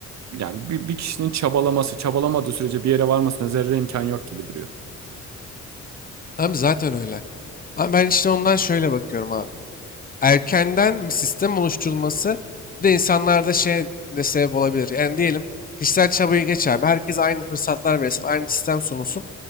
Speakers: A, on the right; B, on the left.
A: yani bir, bir kişinin çabalaması, çabalamadığı sürece bir yere varmasına zerre imkan yok gibi duruyor.
B: Abi zaten öyle. Ama ben işte ondan şöyle bakıyorum abi. erkenden bir sistem oluşturulması bir de insanlarda şey de sebep olabilir. Yani diyelim kişisel çabayı geç abi. Herkes aynı fırsatlar verilsin, aynı sistem sunulsun.